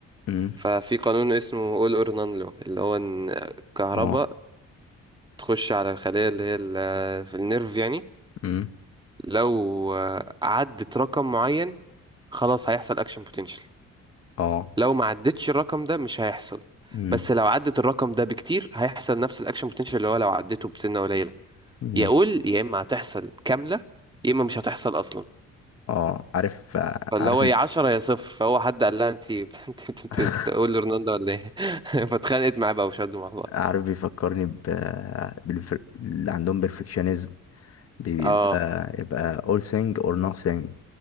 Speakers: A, on the left; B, on the right.
A: امم
B: ففي قانون اسمه اول اور نان لو اللي هو ان الكهرباء
A: اه
B: تخش على الخليه اللي هي ال- في النيرف يعني
A: امم
B: لو عدت رقم معين خلاص هيحصل اكشن بوتنشال
A: اه
B: لو ما عدتش الرقم ده مش هيحصل
A: امم
B: بس لو عدت الرقم ده بكتير هيحصل نفس الاكشن بوتنشال اللي هو لو عدته بسنه قليله
A: امم
B: يقول يا اما هتحصل كامله يا اما مش هتحصل اصلا
A: اه عارف
B: فاللي
A: عارف
B: هو
A: ال...
B: يا 10 يا صفر فهو حد قال لها انت <laughs>
A: <laughs>
B: تقول لرونالدو ولا ايه <laughs> فاتخانقت معاه بقى وشدوا مع بعض
A: عارف بيفكرني ب بالف... اللي عندهم بيرفكشنزم بيبقى
B: اه
A: يبقى all thing or nothing